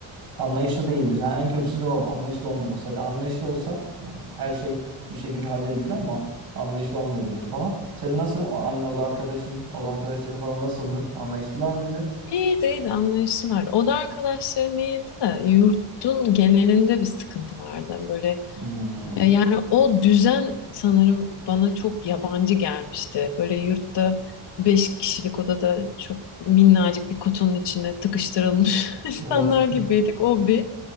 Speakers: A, on the right (about 50°); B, on the left (about 55°).
A: anlayışlı değildir. Ha, en kötüsü de o. Anlayışlı olmaması. Hadi anlayışlı olsa ya, her şey bir şekilde halledilir ama anlayışlı olmayabilir falan. Senin nasıl? O Aynı oda arkadaşın, oda arkadaşların falan nasıldı? Anlayışlılar mıydı?
B: İyiydi, iyiydi, anlayışlılar. Oda arkadaşlarım iyiydi de yurtun genelinde bir sıkıntı vardı. Böyle
A: Hmm,
B: e, Yani o düzen sanırım bana çok yabancı gelmişti. Böyle yurtta beş kişilik odada çok minnacık bir kutunun içine tıkıştırılmış <laughs> insanlar
A: evet.
B: gibiydik. O bir.